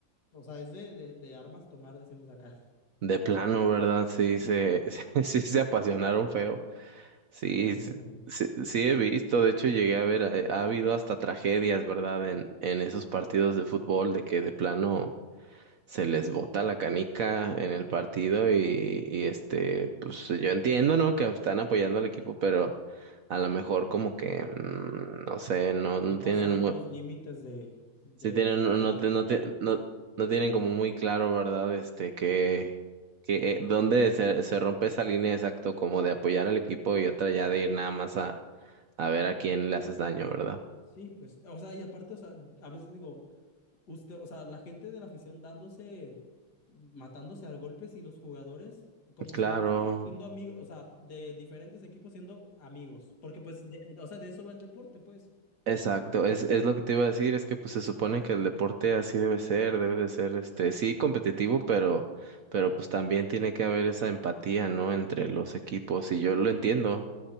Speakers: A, on the left (about 60°); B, on the right (about 65°).
A: o sea, es de, de, de armas tomar, decimos acá.
B: de plano, ¿verdad? Sí, se, <laughs> sí se apasionaron feo. Sí,
A: Sí, terrible,
B: sí,
A: ¿no?
B: sí, sí he visto, de hecho llegué a ver, eh, ha habido hasta tragedias, ¿verdad? En, en esos partidos de fútbol de que de plano se les bota la canica en el partido y, y este, pues yo entiendo, ¿no? Que están apoyando al equipo, pero a lo mejor como que, mm, no sé, no, no
A: No
B: tienen
A: pasar
B: muy,
A: los límites de, de,
B: sí tienen,
A: de-
B: no, no,
A: de la afición,
B: te- no, te-
A: ¿no?
B: no, no tienen como muy claro, ¿verdad? Este, que, que eh, dónde se, se rompe esa línea exacto como de apoyar al equipo y otra ya de ir nada más a, a ver a quién le haces daño, ¿verdad?
A: Sí, pues, o sea, y aparte, o sea, a veces digo, usted, o sea, la gente de la afición dándose, matándose a golpes y los jugadores como
B: Claro,
A: si no, o sea, siendo amigos, o sea, de diferentes equipos siendo amigos, porque pues, de- o sea, de eso va el deporte, pues.
B: Exacto, es, es lo que te iba a decir, es que pues se supone que el deporte así debe ser, debe de ser, este, sí competitivo, pero, pero pues también tiene que haber esa empatía, ¿no? Entre los equipos, y yo lo entiendo,